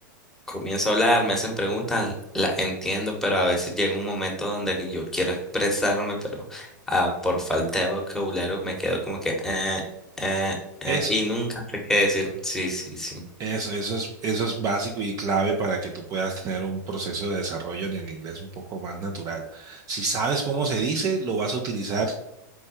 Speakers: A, in the centre; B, on the right.
A: comienzo a hablar, me hacen preguntas, las entiendo, pero a veces llega un momento donde yo quiero expresarme, pero ah, por falta de vocabulario me quedo como que eh, eh, eh,
B: Eso.
A: y nunca sé qué decir. Sí, sí, sí.
B: Eso, eso es, eso es básico y clave para que tú puedas tener un proceso de desarrollo en el inglés un poco más natural. Si sabes cómo se dice, lo vas a utilizar